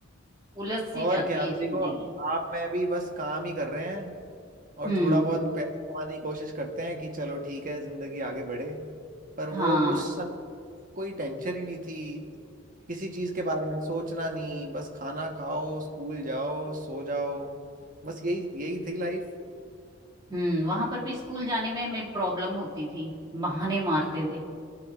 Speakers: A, on the right; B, on the right.
A: उलझ सी
B: और
A: जाती
B: क्या आप
A: है जिंदगी
B: देखो आप मैं भी बस काम ही कर रहे हैं और
A: हम्म
B: थोड़ा बहुत पैसा कमाने की कोशिश करते हैं कि चलो ठीक है जिंदगी आगे बढ़े पर
A: हाँ
B: वो उस समय कोई टेंशन ही नहीं थी किसी चीज के बारे में सोचना नहीं बस खाना खाओ स्कूल जाओ सो जाओ बस यही यही थी लाइफ
A: हम्म वहां पर भी स्कूल जाने में हमें प्रॉब्लम होती थी बहाने मारते थे